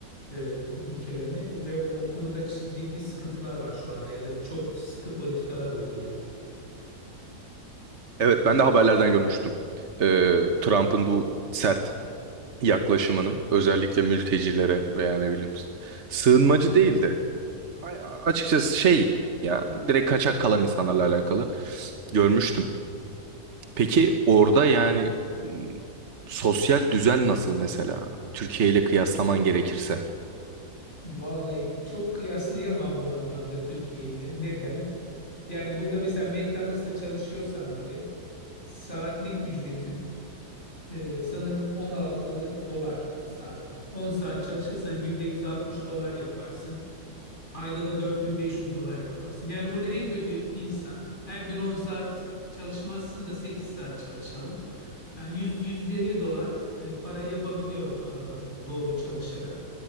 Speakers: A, on the left (about 30°); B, on the right (about 50°).
A: e, ülkelerini ve o, o konuda çi- ciddi sıkıntılar var şu anda ya da çok sıkı politikalar uyguluyorlar.
B: Evet, ben de haberlerden görmüştüm. Ee, Trump'ın bu sert yaklaşımını özellikle mültecilere veya ne bileyim sığınmacı değildi. A- Açıkçası şey ya direkt kaçak kalan insanlarla alakalı görmüştüm. Peki orada yani m, sosyal düzen nasıl mesela? Türkiye ile kıyaslaman gerekirse.
A: Vallahi çok kıyaslayamam bu anlamda Türkiye ile. Neden? Yani burada mesela McDonald's'ta çalışıyorsan bile saatlik ücretin e, sanırım 16 dolar saatlik. 10 saat çalışırsan günde 160 dolar yaparsın. Ayda da 4500 dolar yaparsın. Yani burada en kötü insan her gün 10 saat çalışmazsın da 8 saat çalışalım. E, 100 150 dolar e, para yapabiliyor e, doğru çalışarak.